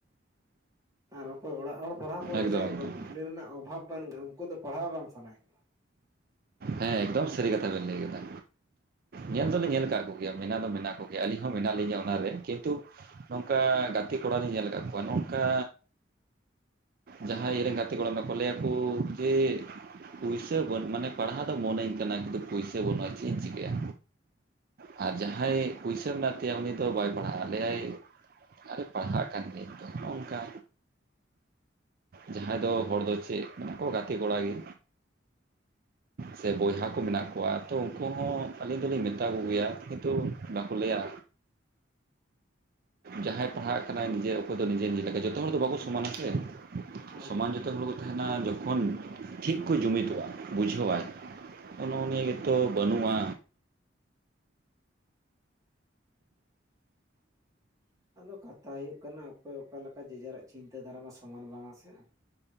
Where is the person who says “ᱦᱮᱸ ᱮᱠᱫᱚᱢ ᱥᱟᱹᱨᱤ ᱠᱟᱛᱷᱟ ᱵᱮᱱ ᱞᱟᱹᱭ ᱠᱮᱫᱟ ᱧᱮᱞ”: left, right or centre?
Right